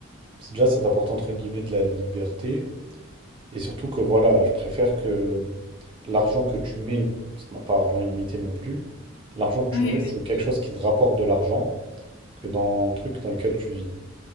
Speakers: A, on the right (about 25°); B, on the left (about 60°).
A: c'est- déjà, ça t'apporte entre guillemets de la liberté. Et surtout que voilà, je préfère que l'argent que tu mets, parce qu'on n'a pas argent illimité non plus, l'argent que
B: Oui,
A: tu mets, c'est
B: oui, c'est
A: quelque
B: sûr.
A: chose qui te rapporte de l'argent que dans un truc dans lequel tu vis.